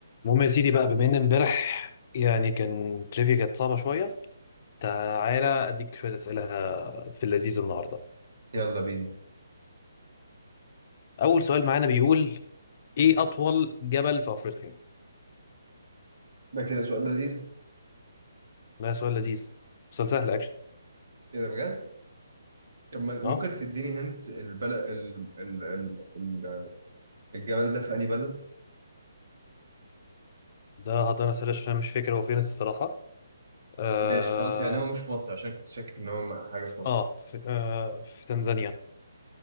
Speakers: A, on the left (about 35°); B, on the right (about 65°).
A: المهم يا سيدي بقى بما ان امبارح يعني كان تريفيا كانت صعبة شوية تعالى اديك شوية اسئلة في اللذيذ النهاردة
B: يلا بينا
A: اول سؤال معانا بيقول ايه اطول جبل في افريقيا
B: ده كده سؤال لذيذ
A: ده سؤال لذيذ سؤال سهل اكشن
B: كده بجد طب ما- ممكن
A: اه
B: تديني هنت البلد ال... ال... ال... ال... الجبل ده في أي بلد
A: ده هقدر اسأله عشان مش فاكر هو فين الصراحة اه
B: ماشي خلاص يعني هو مش مصر عشان كنت شاكك ان هو م- حاجة في مصر
A: اه في, آه في تنزانيا